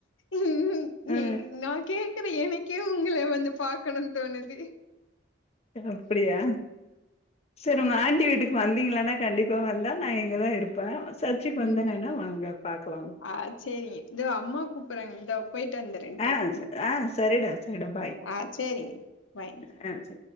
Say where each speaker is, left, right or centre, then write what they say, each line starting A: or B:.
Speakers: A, on the left; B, on the left.
A: ம் ம் நீ
B: அ
A: நான் கேக்குற எனக்கே உங்கள வந்து பாக்கணுன் தோணுது
B: அப்டியா செரி
A: ஆ
B: உங்க ஆண்ட்டி வீட்டுக் வந்தீங்குளானா கண்டிப்பா வந்தா நான் இங்கதா இருப்ப சர்சுக்கு வந்தனனா
A: ம்
B: வாங்க பாக்லா
A: ஆ சேரிங்க இது அம்மா கூப்புறாங்க இந்தா போய்ட்டு வந்துறே
B: ஆ
A: டக்குனு
B: ஆ சரிடா சரிடா பாய்
A: ஆ சேரிங் பாய்
B: ஆ சரி